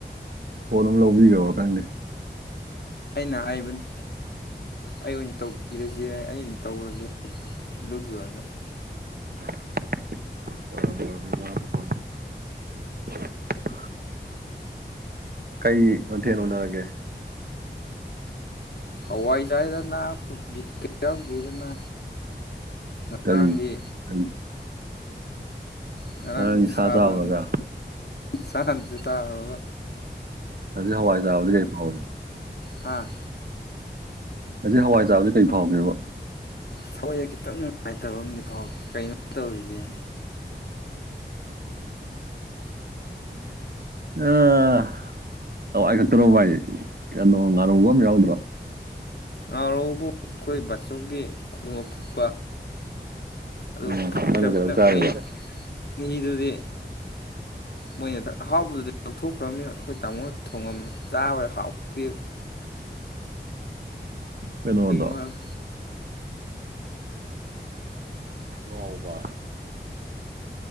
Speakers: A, on the right; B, on the left.
A: ꯐꯣꯟ ꯑꯃꯝ ꯂꯧꯕꯤꯈꯣ ꯈꯪꯗꯦ
B: ꯑꯩꯅ ꯍꯥꯏꯕꯅꯤ ꯑꯩ ꯑꯣꯏꯅ ꯇꯧꯕꯤꯔꯁꯦ ꯑꯩꯅ ꯇꯧꯔꯒꯦ ꯗꯒ ꯌꯥ ꯋꯥꯒꯅꯤ
A: ꯋꯥꯔꯔ ꯀꯩ ꯃꯅ ꯎꯅꯔꯒꯦ
B: ꯍꯋꯥꯏ ꯆꯥꯏꯗꯅ ꯕꯤꯠ ꯀ ꯌꯥꯎꯈꯤꯗꯅ ꯉꯔꯥꯡꯒꯤ
A: ꯀꯔꯤ ꯀꯔꯤ
B: ꯉꯔꯥꯡꯒꯤ
A: ꯉꯔꯥꯡ ꯁꯥ
B: ꯁꯥꯗꯨꯅꯤ
A: ꯆꯥꯎꯔꯒ
B: ꯁꯥꯗꯨꯁꯨ ꯇꯥꯔꯒ
A: ꯑꯗꯨ ꯍꯋꯥꯏ ꯇꯥꯕꯗꯤ ꯀꯩ ꯐꯥꯎꯕꯅꯤ
B: ꯍꯥꯥ
A: ꯑꯁꯤ ꯍꯋꯥꯏ ꯆꯥꯕꯁꯤ ꯀꯔꯤ ꯐꯥꯎꯒꯦꯕ
B: ꯊꯑꯣꯣꯏꯏꯁꯦ ꯈꯤꯇꯪ ꯅꯨꯡꯉꯥꯏꯇꯕ ꯑꯃꯗꯤ ꯐꯥꯎꯏ ꯀꯩꯅꯣ ꯇꯧꯔꯤꯁꯦ
A: ꯑꯥ ꯑ ꯑꯩ ꯈꯛꯇꯔꯣ ꯚꯥꯏ ꯀꯩꯅꯣ ꯉꯥꯔꯨꯕ ꯑꯃ ꯌꯥꯎꯗ꯭ꯔꯣ
B: ꯉꯥꯎꯔꯕꯨ ꯑꯩꯈꯣꯏ ꯕꯥꯆꯧꯒꯤ ꯈꯨꯗꯣꯡ ꯑ ꯐꯨꯠꯄ ꯑꯗꯨ
A: ꯑꯣ
B: ꯐꯨꯠꯈ꯭ꯔꯕꯅꯤꯅ
A: ꯅꯪꯅ ꯀꯩꯅꯣꯝ ꯆꯥꯔꯤꯕ
B: ꯃꯍꯤ ꯃꯍꯤꯗꯨꯗꯤ ꯃꯣꯏꯅ ꯑꯍꯥꯎꯕꯗꯨꯗꯤ ꯂꯧꯊꯣꯛꯈ꯭ꯔꯕꯅꯤꯅ ꯑꯩꯈꯣꯏ ꯇꯥꯃꯣꯗ ꯊꯣꯡꯉꯝꯃꯤ ꯆꯥꯕꯥꯎ ꯅꯨꯄꯤꯨ
A: ꯀꯅꯣꯗꯣ
B: ꯃꯥꯜꯂꯦ
A: ꯑꯕ